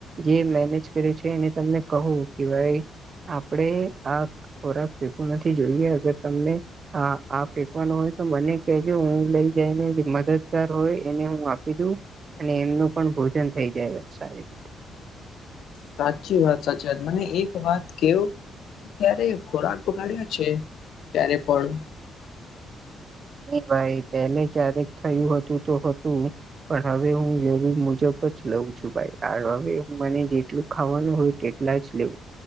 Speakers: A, on the right; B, on the left.
A: જે મેનેજ કરે છે. એને તમને કહું કે ભાઈ આપણે આ ખોરાક ફેકવું નથી જોઈએ અગર તમને હા આ ફેંકવાનો હોય તો બને કહેજો હું લઈ જઈને જે મદદગાર હોય એને હું આપી દઉં. અને એમનું પણ ભોજન થઈ જાય સારી રીતે.
B: સાચી વાત સાચી વાત મને એક વાત કેવો તો ક્યારે ખોરાક બગાડ્યો છે. ત્યારે પણ?
A: ભાઈ પેલે ક્યારેક થયું હતું તો હતું. પણ હવે હું જો મુજબ જ લઉં છું. ભાઈ હવે હું મને જેટલું ખાવાનું હોય તેટલું જ લેવું